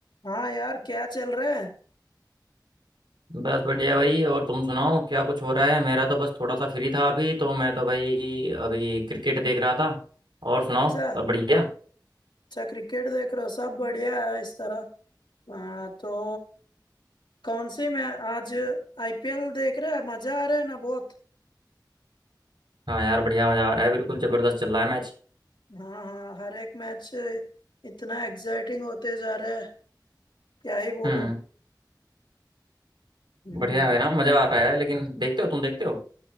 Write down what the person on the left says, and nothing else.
हाँ यार क्या चल रहा है
अच्छा
अच्छा क्रिकेट देख रहे हो सब बढ़िया है इस तरह हाँ तो कौन सी मैं आज आईपीएल देख रहे हैं मजा आ रहा है ना बहुत
हाँ हाँ हर एक मैच इतना एक्साइटिंग होते जा रहे हैं क्या ही बोलूं
हम्म